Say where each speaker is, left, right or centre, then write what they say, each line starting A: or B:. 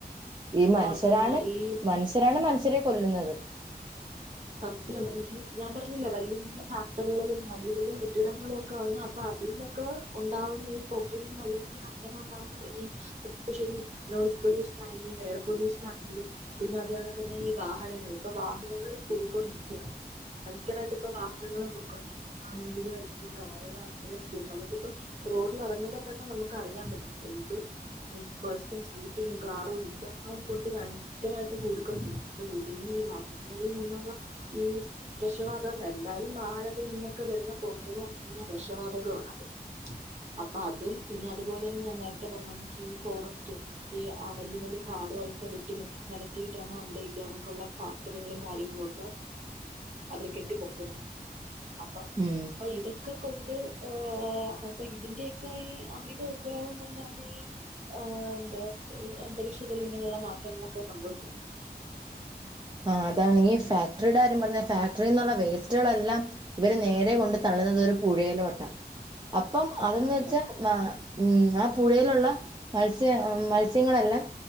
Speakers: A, on the right (about 30°); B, on the right (about 45°).
A: ഈ മനുഷ്യരാണ്
B: ആഹ് തന്നെ ഈ
A: മനുഷ്യരാണ് മനുഷ്യരെ കൊല്ലുന്നത്
B: സത്യം ഇ ഞാൻ പറഞ്ഞില്ലേ വല്യ വല്യ ഫാക്ടറികളും വല്യ വല്യ കെട്ടിടങ്ങളും ഒക്കെ വന്നു അപ്പ അതീന്നക്ക ഉണ്ടാവുന്ന ഈ പുകയും അല്ലെങ്കിൽ അങ്ങനെ ഉണ്ടാവുന്ന പനിയും ശരി നോയിസ് പൊല്യൂഷൻ ആണെങ്കിലും എയർ പൊല്യൂഷൻ ആണെങ്കിലും പിന്നെ അത് കണക്ക തന്നെ ഈ വാഹനങ്ങള് ഇപ്പൊ വാഹനങ്ങള് കൂടിക്കൊണ്ടിരിക്കയാണ് ഭയങ്കരായിട്ട് ഇപ്പ വാഹനങ്ങളും കൂടിക്കൊണ്ട് ബസ്സ ആണെങ്കിലും അല്ലെങ്കിൽ കാറുകളാണെങ്കിലും സ്പീ നമുക്കിപ്പൊ റോഡിൽ എറങ്ങുമ്പ തന്നെ നമുക്ക് അറിയാൻ പറ്റും നമുക്ക് ഉം ബസ്സും സ്കൂട്ടിയും കാറും എല്ലാം കൊണ്ട് ഭയങ്കരായിട്ട് കൂടിക്കൊണ്ടിരിക്കും അപ്പൊ ഇതിന്റെ ഈ വാഹനങ്ങളിൽ നിന്നും ള്ള ഈ വെക്ഷവാതകം എന്തായാലും വാഹനത്തിൽ നിന്നൊക്കെ വരുന്ന പുകയന്ന് പറഞ്ഞ കഴിഞ്ഞാൽ വിക്ഷവാതകോണത് അപ്പ അത് അതും പിന്നെ അതുപോലെ തന്നെ ഞാൻ നേരത്തെ പറഞ്ഞ കണക്ക് ഈ ഫോറസ്റ്റ് ഈ ആ വല്യ വല്യ കാടുകളൊക്കെ വെട്ടി നിത്തിയിട്ടാണോ അവിടെ ഇതണക്കുള്ള ഫാക്ടറികളും കാര്യങ്ങളും ക്ക അവര് കെട്ടിപൊക്കുന്നത് അപ്പ
A: ഉം
B: അപ്പ ഇതൊക്കെ കൊണ്ട് ആ അപ്പ ഇതിന്റെയൊക്ക ഈ അമിത ഉപയോഗം കൊണ്ടാണ് ഈ ആ എന്താ ഈ അന്തരീക്ഷത്തിൽ ഇന്നിങ്ങനെയുള്ള മാറ്റങ്ങളൊക്കെ സംഭവിക്കുന്നത്
A: ആ അതാണ് ഈ ഫാക്ടറിയുടെ കാര്യം പറഞ്ഞ ഫാക്ടറിന്നുള്ള വേസ്റ്റുകളെല്ലാം ഇവര് നേരെ കൊണ്ട് തള്ളുന്നത് ഒരു പുഴയിലോട്ടാ അപ്പം
B: സത്യം
A: അതെന്നു വെച്ചാ മ ഊം ആ പുഴയിലുള്ള മത്സ്യ മത്സ്യങ്ങളെല്ലാംഈ